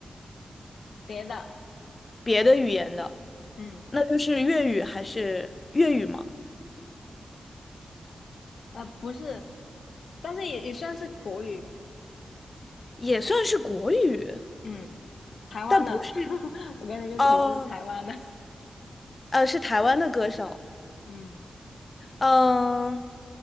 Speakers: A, on the left (about 65°); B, on the left (about 25°).
A: 别的，
B: 别的语言的，
A: 嗯，
B: 那就是粤语还是粤语吗？
A: 呃，不是，但是也也算是国语，
B: 也算是国语，
A: 嗯，台湾的了
B: 但不是
A: <laughs> 我给你一个提示，
B: 哦，
A: 台湾的，
B: 呃，是台湾的歌手，
A: <laughs> 嗯，
B: 嗯、